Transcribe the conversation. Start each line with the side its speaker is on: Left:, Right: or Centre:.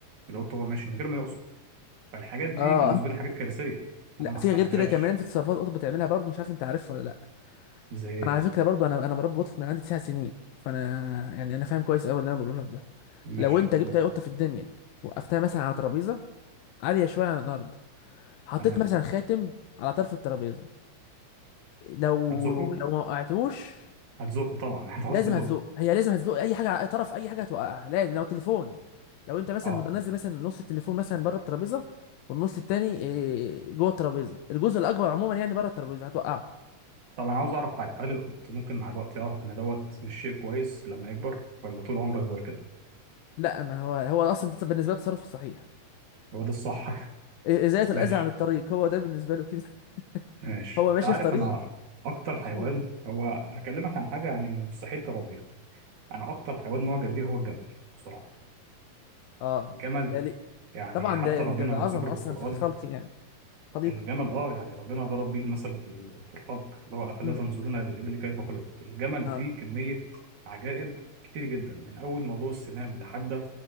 Right: القط وهو ماشي من غير ما يقصد فالحاجات دي
Left: اه
Right: بالنسبه لي حاجات كارثيه
Left: لا
Right: انا ما استحملهاش
Left: في غير كده كمان في تصرفات قطط بتعملها برضه مش عارف انت عارفها ولا لا
Right: زي ايه
Left: انا على فكره برضو انا انا مربي قطط من عندي تسع سنين فانا يعني انا فاهم كويس قوي اللي انا بقوله لك ده
Right: ماشي
Left: لو انت جبت
Right: قول
Left: اي قطه في الدنيا وقفتها مثلا على ترابيزه عاليه شويه عن الارض حطيت
Right: تمام
Left: مثلا خاتم على طرف الترابيزه لو
Right: هتزقه
Left: لو ما وقعتوش
Right: هتزقه طبعا <laughs> هتعوز
Left: لازم
Right: تزقه
Left: هتزق هي لازم هتزق اي حاجه على اي طرف اي حاجه هتوقعها لازم لو تليفون لو انت مثلا
Right: اه
Left: منزل مثلا نص التليفون مثلا بره الترابيزه والنص التاني إيه، جوه الترابيزه الجزء الاكبر عموما يعني بره الترابيزه هتوقعه
Right: طب انا عاوز اعرف حاجه هل القط ممكن مع الوقت يعرف ان دوت مش شيء كويس لما يكبر ولا طول عمره يفضل كده
Left: لا ما هو هو اصلا ده بالنسبه لي التصرف الصحيح
Right: هو ده الصح
Left: ازالة
Right: <laughs>
Left: الاذى
Right: ماشي
Left: عن الطريق هو ده بالنسبة له كده <laughs>
Right: ماشي
Left: هو ماشي
Right: انت عارف
Left: في طريق
Right: انا اكتر حيوان
Left: يشيل
Right: هو هكلمك عن حاجه يعني مستحيل تربيها انا اكتر حيوان معجب بيه هو الجمل بصراحه
Left: اه
Right: الجمل
Left: ده ليه
Right: يعني
Left: طبعا
Right: حتى
Left: ده يعني
Right: ربنا
Left: ده, ده عظمة
Right: ذكر في
Left: اصلا
Right: القران
Left: في الخلق يعني خليقة
Right: الجمل اه يعني ربنا ضرب بيه المثل في ال- في الخلق اللي هو افلا
Left: امم
Right: تنظرون الى الابل كيف خلقت الجمل
Left: اه
Right: فيه كميه عجائب كتير جدا من اول موضوع السنام لحد